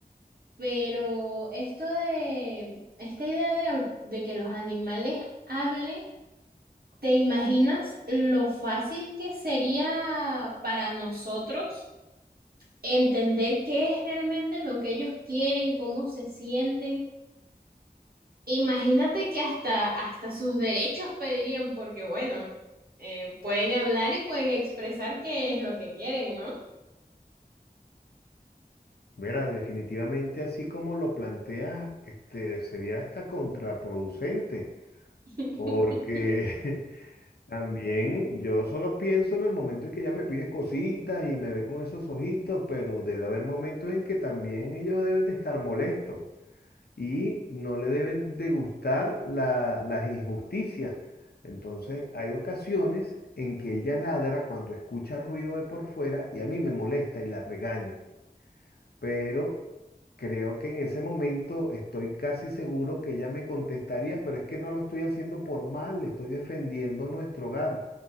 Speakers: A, on the right; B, on the left.
A: Pero esto de, esta idea de, de que los animales hablen, ¿te imaginas lo fácil que sería para nosotros entender qué es realmente lo que ellos quieren, cómo se sienten? Imagínate que hasta, hasta sus derechos pedirían, porque bueno, eh, pueden hablar y pueden expresar qué es lo que quieren, ¿no?
B: Mira, definitivamente así como lo planteas, este, sería hasta contraproducente,
A: <laughs>
B: porque <laughs> también yo solo pienso en el momento en que ella me pide cositas y me ve con esos ojitos, pero debe haber momentos en que también ellos deben de estar molestos. y no le deben de gustar la- las injusticias. Entonces, hay ocasiones en que ella ladra cuando escucha ruido de por fuera y a mí me molesta y la regaño, pero creo que en ese momento estoy casi seguro que ella me contestaría, pero es que no lo estoy haciendo por mal, le estoy defendiendo nuestro hogar.